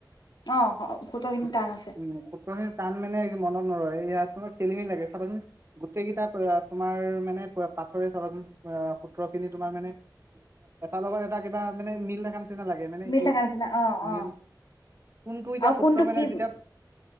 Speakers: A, on the left (about 70°); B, on the right (about 35°).
A: অ', সূত্ৰ খিনি
B: সূত-
A: টান আছে।
B: উম সূত্ৰখিনি টান মানে এ মনত নৰয়, ইয়াত মানে খেলি মেলি লাগে চাবাচোন, গোটেইগিটা তোমাৰ মানে পোৰা পাথৰে চাবাচোন আহ সূত্ৰ খিনি তোমাৰ মানে এটাৰ লগত এটা কিবা মানে মিল দেখা নিচিনা নালাগে মানে
A: মিল
B: এই
A: থকা নিচিনা অ
B: মেইন
A: অ আৰু
B: কোনটো এতিয়া সূত্ৰ
A: কোনটো
B: মানে
A: কি
B: যেতিয়া